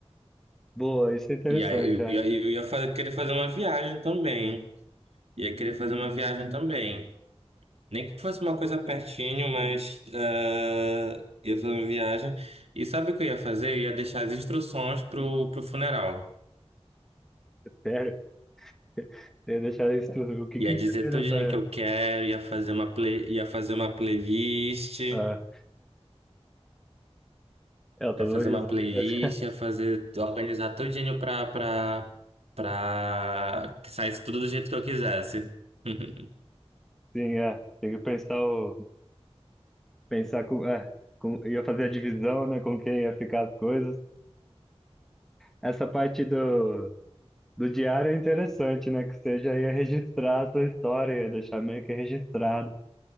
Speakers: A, in the centre; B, on the right.
A: Boa, isso é interessante,
B: E aí eu
A: é.
B: ia, eu ia fazer- querer fazer uma viagem também. Ia querer fazer uma viagem também. Nem que fosse uma coisa pertinho, mas ah, ia fazer uma viagem. E sabe o que eu ia fazer? Eu ia deixar as instruções pro, pro funeral.
A: Sério. <laughs> Tem deixar isso tudo. O que
B: Ia
A: que
B: dizer
A: ia ter
B: tudinho
A: nessa.
B: que eu quero, ia fazer uma play, ia fazer uma playlist.
A: Ah, é, eu tô
B: ia
A: dando
B: fazer
A: risada,
B: uma playlist,
A: mas
B: ia fazer, organizar tudinho pra, pra, pra que saísse tudo do jeito que eu quisesse. <laughs>
A: sim, é. Tem que pensar o. Pensar com. É, com ia fazer a divisão, né? Com quem ia ficar as coisas. Essa parte do, do diário é interessante, né? Que seja já ia registrar a sua história, ia deixar meio que registrado.